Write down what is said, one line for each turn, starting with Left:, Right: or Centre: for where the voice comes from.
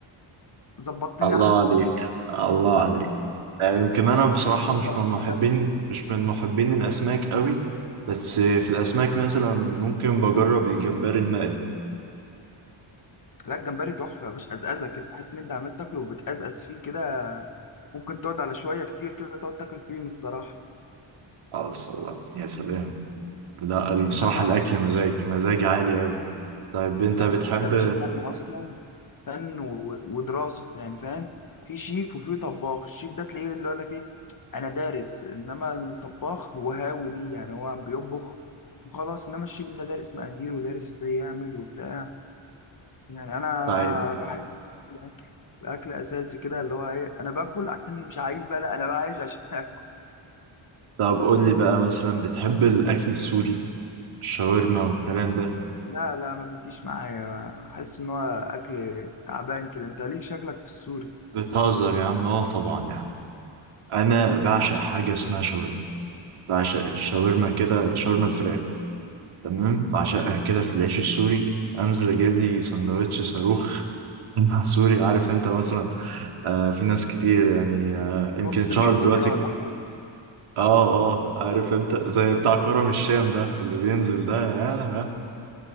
Left: ظبطتني
Right: الله
Left: احلى تظبيط
Right: عليك الله عليك آه، يمكن
Left: اه
Right: انا بصراحه
Left: والفسفور
Right: مش
Left: بقى
Right: من
Left: في
Right: محبين
Left: السمنة
Right: مش من محبين الاسماك قوي بس آه، في الاسماك مثلا ممكن بجرب الجمبري المقلي
Left: لا الجمبري تحفة يا باشا قزقزة كده تحس ان انت عمال تاكله وبتقزقز فيه كده ممكن تقعد على شوية كتير كده تقعد تاكل فيهم الصراحة
Right: اه الله يا سلام لا ال- بصراحه
Left: انما
Right: الاكل مزاج مزاج عالي قوي طيب انت
Left: لا
Right: بتحب
Left: الاكل يا باشا فن اصلا فن و- ودراسه يعني فاهم في شيف وفي طباخ الشيف ده تلاقيه اللي يقول لك ايه انا دارس انما الطباخ هو هاوي ليه يعني هو بيطبخ وخلاص انما الشيف ده دارس مقادير ودارس ازاي يعمل وبتاع يعني انا
Right: طيب
Left: بحب الاكل الاكل اساسي كده اللي هو ايه انا باكل عشان مش عايش بقى لا انا عايش عشان <laughs> اكل
Right: طب قول لي بقى مثلا بتحب الاكل السوري الشاورما والكلام ده
Left: لا لا ما بيجيش معايا احس ان هو اكل تعبان كده انت ليك شكلك في السوري
Right: بتهزر يا عم اه طبعا يعني انا بعشق حاجه اسمها شاورما بعشق الشاورما كده شاورما الفراخ تمام بعشقها كده في العيش السوري انزل اجيب لي سندوتش صاروخ <laughs> سوري عارف انت مثلا آه في ناس كتير يعني آه يمكن
Left: نص
Right: اتشهر
Left: متر
Right: دلوقتي
Left: كده ولا حاجه
Right: اه اه عارف انت زي بتاع كرم الشام ده اللي بينزل ده يا